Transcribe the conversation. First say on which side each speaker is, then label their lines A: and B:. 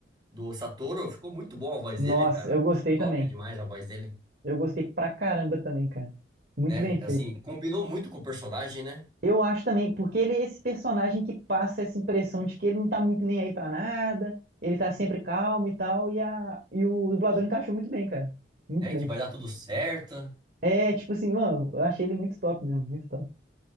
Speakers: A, on the right (about 25°); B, on the right (about 55°).
A: do Satoru ficou muito boa a voz
B: Nossa,
A: dele, cara.
B: eu gostei
A: Achei top
B: também.
A: demais a voz dele.
B: Eu gostei pra caramba também, cara. Muito
A: né?
B: bem feito.
A: Assim, combinou muito com o personagem, né?
B: Eu acho também, porque ele é esse personagem que passa essa impressão de que ele não tá muito nem aí pra nada, ele tá sempre calmo e tal, e, a, e o dublador
A: Que,
B: encaixou muito bem, cara. Muito
A: né,
B: bem.
A: que vai dar tudo certo.
B: É, tipo assim, mano, eu achei ele muito top mesmo, muito top.